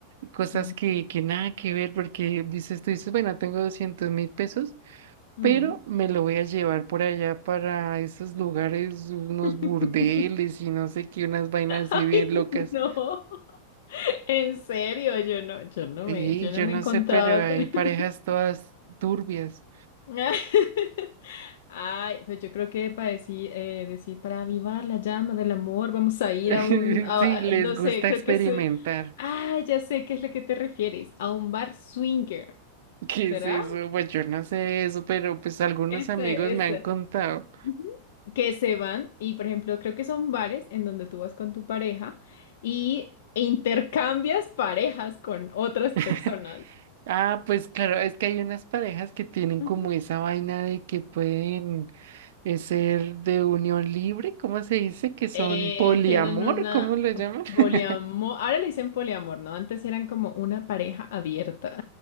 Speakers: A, on the right (about 55°); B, on the left (about 55°).
A: cosas
B: Sí.
A: que, que nada que ver, porque dices, tú dices, bueno, tengo doscientos mil pesos,
B: Mm.
A: pero me lo voy a llevar por allá para esos lugares, unos
B: <laughs>
A: burdeles y no sé qué, unas vainas así
B: Ay,
A: bien locas.
B: no. En serio, yo no, yo no
A: sí
B: me, yo
A: yo
B: no me
A: no
B: he encontrado
A: sé, pero hay
B: con él.
A: parejas todas turbias.
B: <laughs> Ay, pues yo creo que para decir, eh, decir, para avivar la llama del amor, vamos a ir
A: <laughs>
B: a un, a-
A: Sí, les
B: a- no
A: gusta
B: sé, creo
A: experimentar.
B: que es, eh, ah, ya sé qué es lo que te refieres, a un bar swinger,
A: ¿Qué
B: ¿será?
A: es eso? Pues yo no sé eso, pero pues algunos
B: Ese,
A: amigos me
B: ese.
A: han contado.
B: Ujú. Que se van y, por ejemplo, creo que son bares en donde tú vas con tu pareja y e intercambias parejas con otras
A: <laughs>
B: personas.
A: Ah, pues claro, es que hay unas parejas que tienen
B: Ujú.
A: como esa vaina de que pueden es ser de unión libre, ¿cómo se dice? Que son
B: Eh,
A: poliamor,
B: tienen una
A: ¿cómo lo llaman?
B: poliamor.
A: <laughs>
B: Ahora le dicen poliamor, ¿no? Antes eran como una pareja abierta.